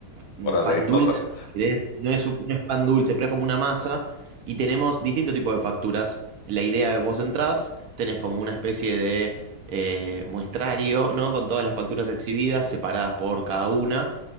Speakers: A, on the right; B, on the left.
A: mm,
B: órale,
A: pan
B: <laughs>
A: dulce,
B: no sabía.
A: si querés. No es, un- no es pan dulce, pero es como una masa, y tenemos distintos tipos de facturas. La idea es vos entrás, tenés como una especie de eh, muestrario, ¿no? Con todas las facturas exhibidas, separadas por cada una,